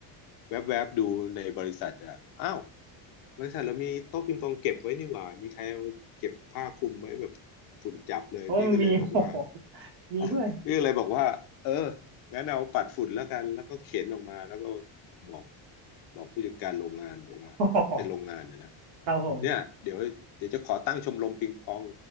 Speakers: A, on the left (about 50°); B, on the right (about 50°).
A: แวบๆดูในบริษัทอ่ะอ้าวบริษัทเรามีโต๊ะปิงปองเก็บไว้นี่หว่ามีใครเอาเก็บผ้าคลุมไว้แบบฝุ่นจับเลยพี่ก็เลยบอกว่า
B: เพราะว่ามันมี <laughs> โอ้โหมีด้วย
A: <laughs> พี่ก็เลยบอกว่าเอองั้นเอาปัดฝุ่นแล้วกันแล้วก็เข็นออกมาแล้วก็บอกบอกผู้จัดการโรงงานบอกว่าเป็นโรงงานนะนะ
B: <laughs> โอ้โหครับผม
A: เนี่ยเดี๋ยวเดี๋ยวจะขอตั้งชมรมปิงปอง